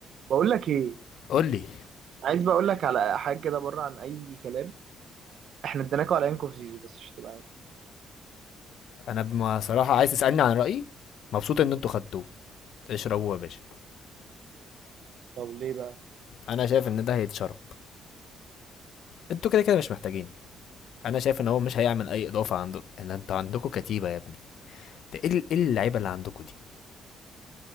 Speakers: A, on the right; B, on the left.
A: بقول لك ايه
B: قول لي
A: عايز بقول لك على حاجه كده بره عن اي كلام احنا اديناكوا على انكو في زيزو بس عشان تبقى عارف
B: انا بما صراحه عايز تسالني عن رايي مبسوط ان انتوا خدتوه اشربوه يا باشا
A: طب ليه بقى
B: انا شايف ان ده هيتشرب انتوا كده كده مش محتاجينه انا شايف ان هو مش هيعمل اي اضافه عنده ان انتوا عندكم كتيبه يا ابني ده ايه ال- ايه اللعيبه اللي عندكم دي